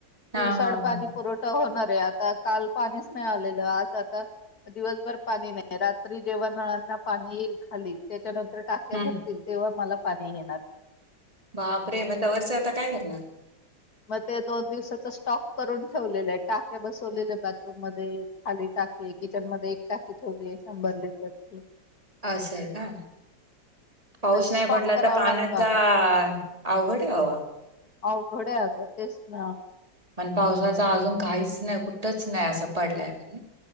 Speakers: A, on the right (about 20°); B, on the left (about 55°).
A: हां,
B: दिवसाड
A: हां,
B: पाणी
A: हां.
B: पुरवठा होणार आता काल पाणीच नाही आलेलं, आज आता दिवसभर पाणी नाही रात्री जेव्हा नळांना पाणी येईल खाली त्याच्यानंतर टाक्या
A: हं.
B: भरतील तेव्हा मला पाणी येणार.
A: बापरे! मग तवरचं आता काय करणार?
B: मग ते दोन दिवसाचा स्टॉक करून ठेवलेलं आहे. टाके बसवलेले बाथरूम मध्ये खाली टाकी आहे किचन, मध्ये एक टाकी ठेवली आहे शंभर लिटरची
A: असंय का पाऊस
B: स्टॉक
A: नाही पडला
B: करावा
A: तर पाण्याचा
B: लागतो अगं
A: आ अवघडय बाबा
B: अवघडय आग तेच ना?
A: मण पावसाचा अजून काहीचं नाही कुठंच नाही असं पडलाय म्हणून